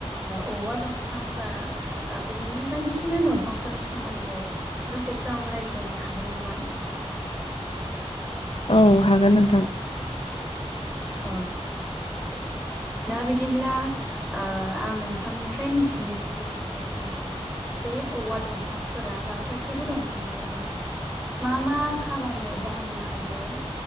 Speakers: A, on the right; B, on the left.
A: औवा दंफां बा बिदिनो बायदिसिना दंफांफोरनि सोमोन्दै दसे सम रायज्लायनो हागोन नामा
B: औ हागोन नोंथां
A: अ दा बिदिब्ला ओ आं नोंथांनिफ्राय मिथिनो लुबैदों जे जोंनि बे औवा दंफांफोरा बा गासैबो दंफाङानो जोङो मा मा खामानियाव बाहायनो हायो